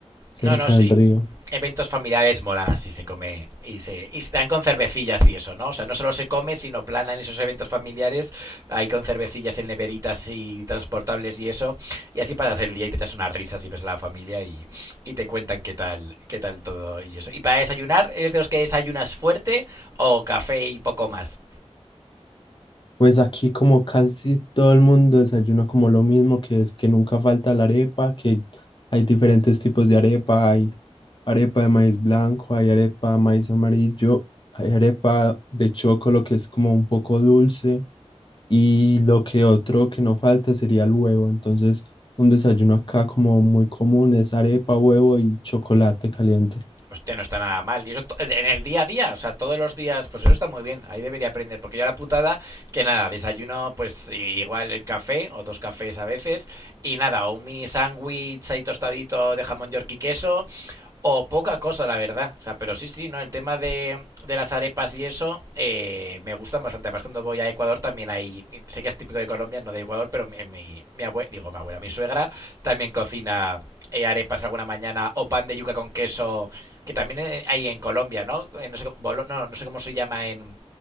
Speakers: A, on the left (about 45°); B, on the right (about 30°).
A: cerca
B: No, no, sí.
A: del río.
B: Eventos familiares molan así, se come y se, y se dan con cervecillas y eso, ¿no? O sea, no solo se come, sino plana en esos eventos familiares, ahí con cervecillas en neveritas y transportables y eso, y así pasas el día y te echas unas risas y ves a la familia y, y te cuentan qué tal, qué tal todo y eso. ¿Y para desayunar, eres de los que desayunas fuerte o café y poco más?
A: Pues aquí como casi todo el mundo desayuna como lo mismo, que es que nunca falta la arepa, que hay diferentes tipos de arepa, hay arepa de maíz blanco, hay arepa de maíz amarillo, hay arepa de chocolate que es como un poco dulce. Y lo que otro que no falta sería el huevo. Entonces, un desayuno acá como muy común es arepa, huevo y chocolate caliente.
B: Hostia, no está nada mal. Y eso en el día a día, o sea, todos los días, pues eso está muy bien. Ahí debería aprender, porque yo la putada, que nada, desayuno, pues igual el café o dos cafés a veces, y nada, o un mini sándwich ahí tostadito de jamón york y queso, o poca cosa, la verdad. O sea, pero sí, sí, ¿no? El tema de, de las arepas y eso eh, me gustan bastante. Además, cuando voy a Ecuador también hay, sé que es típico de Colombia, no de Ecuador, pero mi, mi, abuela, digo mi abuela, mi suegra también cocina eh, arepas alguna mañana o pan de yuca con queso que también eh, hay en Colombia, ¿no? Eh, No sé, no, no sé cómo se llama en